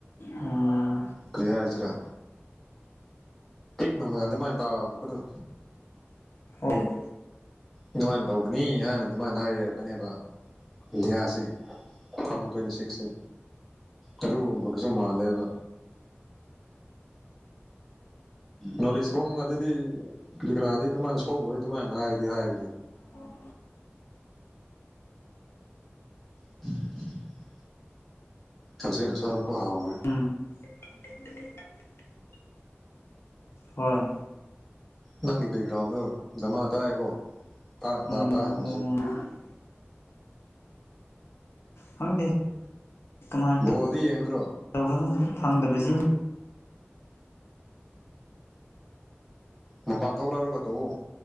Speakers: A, on the left; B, in the centre.
A: ꯎꯝ
B: ꯀꯩ ꯍꯥꯏꯖꯤꯔꯥ ꯅꯪꯅ ꯑꯗꯨꯃꯥꯏ ꯇꯕꯗꯨ
A: <unintelligible>
B: ꯑꯗꯨꯃꯥꯏꯅ ꯇꯧꯕꯅꯤ ꯍꯥꯏꯅ ꯑꯗꯨꯃꯥꯏꯅ ꯍꯥꯏꯔꯦꯕꯅꯦꯕ ꯏꯟꯗꯤꯌꯥꯁꯦ ꯇꯨ ꯊꯥꯎꯖꯟ ꯇ꯭ꯋꯦꯟꯇꯤ ꯁꯤꯛꯁꯁꯦ ꯑꯗꯨꯒꯨꯝꯕꯒꯖꯨ ꯃꯥꯜꯂꯦꯕ ꯅꯣꯔꯤꯁ ꯔꯣꯝ ꯑꯗꯨꯗꯤ ꯀꯔꯤ ꯀꯔꯥꯗꯤ ꯑꯗꯨꯃꯥꯏꯅ ꯁꯣꯛꯂꯣꯏ ꯑꯗꯨꯃꯥꯏꯅ ꯍꯥꯏꯗꯤ ꯍꯥꯏꯕꯅꯦ
A: ꯑꯣ
B: <unintelligible> ꯍꯧꯖꯤꯛꯅ ꯁꯣꯛꯔꯛꯄ ꯍꯧꯔꯦ
A: <unintelligible> ꯍꯣꯏ
B: ꯅꯪꯒꯤ ꯕꯦꯛꯒ꯭ꯔꯥꯎꯟꯗꯣ ꯗꯃꯥ ꯇꯥꯏꯌꯦꯀꯣ ꯇ
A: ꯎꯝ
B: ꯅ ꯇꯥꯍꯟꯂꯖꯤ
A: <unintelligible> ꯈꯪꯗꯦ ꯀꯃꯥꯏ
B: ꯕꯣꯜꯗꯤ ꯌꯦꯡꯒꯗ꯭ꯔꯣ
A: ꯇꯧꯔꯒꯅꯣ ꯐꯪꯗꯕꯁꯤꯅꯤ
B: ꯃꯄꯥꯟ ꯊꯣꯛꯔꯛꯂꯒ ꯇꯧꯑꯣ